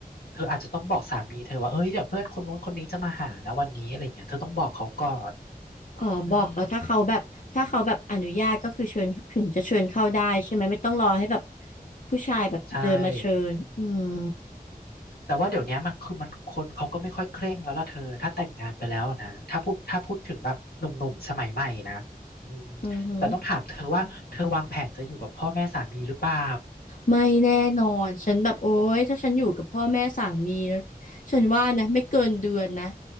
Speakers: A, on the left (about 80°); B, on the left (about 55°).
A: เธออาจจะต้องบอกสามีเธอว่าเอ้ยเดี๋ยวเพื่อนคนนู้นคนนี้จะมาหานะวันนี้อะไรเงี้ยเธอต้องบอกเขาก่อน
B: อ๋อบอกแล้วถ้าเขาแบบถ้าเขาแบบอนุญาตก็คือเชิญถึงจะเชิญเข้าได้ใช่ไหมไม่ต้องรอให้แบบ
A: อืม
B: ผู้ชายแบบเดินมาเชิญอืม
A: ใช่อืมแต่ว่าเดี๋ยวเนี้ยมันคือมันคนเขาก็ไม่ค่อยเคร่งแล้วล่ะเธอถ้าแต่งงานไปแล้วนะถ้าพูดถ้าพูดถึงแบบหนุ่มๆสมัยใหม่นะอืม
B: อือฮึ
A: แต่ต้องถามเธอว่าเธอวางแผนจะอยู่กับพ่อแม่สามีหรือเปล่า
B: ไม่แน่นอน ฉันแบบโอ๊ยถ้าฉันอยู่กับพ่อแม่สามีนะฉันว่านะไม่เกินเดือนนะ